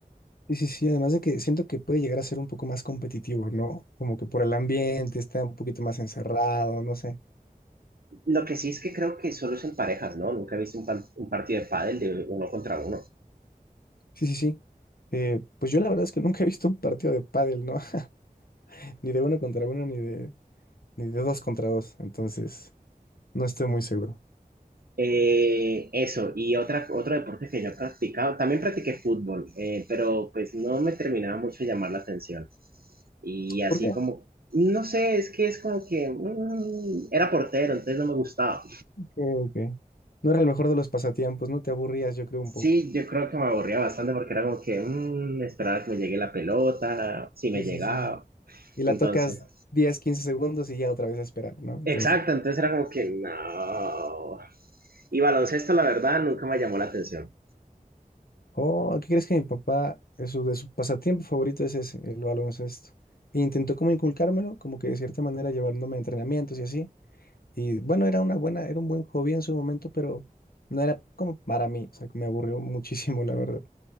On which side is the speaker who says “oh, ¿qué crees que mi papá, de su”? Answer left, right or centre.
Left